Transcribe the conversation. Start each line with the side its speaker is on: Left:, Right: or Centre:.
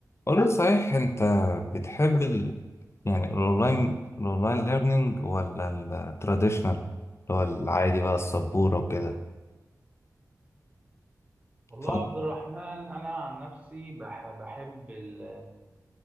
Left: قول لي صحيح انت بتحب ال... يعني الاونلاين الاونلاين ليرنينج ولا التراديشنال اللي هو العادي بقى السبورة وكده
Right: والله
Left: اتفضل
Right: يا عبد الرحمن انا عن نفسي بح بحب ال